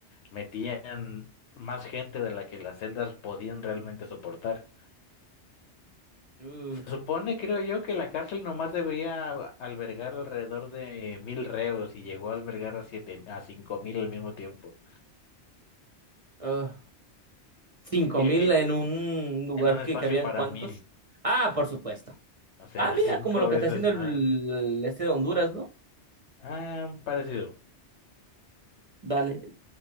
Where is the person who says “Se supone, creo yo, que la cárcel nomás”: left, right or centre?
Left